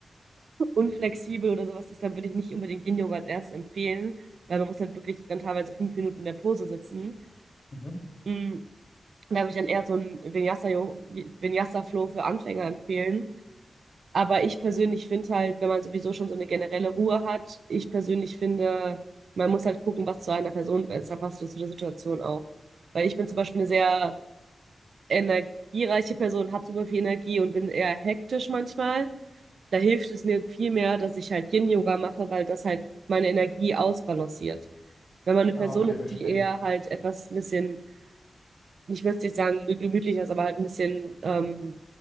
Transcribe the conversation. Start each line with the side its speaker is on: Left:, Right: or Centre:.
Right: unflexibel oder sowas ist, dann würde ich nicht unbedingt Yin-Yoga als erstes empfehlen, weil man muss halt wirklich dann teilweise fünf Minuten in der Pose sitzen.
Left: Mhm.
Right: Mm, Da würde ich dann eher so einen Vinyasa-Yo- Vinyasa-Flow für Anfänger empfehlen. Aber ich persönlich finde halt, wenn man sowieso schon so eine generelle Ruhe hat, ich persönlich finde, man muss halt gucken, was zu einer Person besser passt oder zu der Situation auch. Weil ich bin zum Beispiel eine sehr energiereiche Person, habe super viel Energie und bin eher hektisch manchmal. Da hilft es mir viel mehr, dass ich halt Yin-Yoga mache, weil das halt meine Energie ausbalanciert. Wenn man eine Person
Left: Ah, okay,
Right: ist,
Left: verstehe.
Right: die eher halt etwas ein bisschen ich will jetzt nicht sagen, ge- gemütlicher ist, aber halt ein bisschen ähm,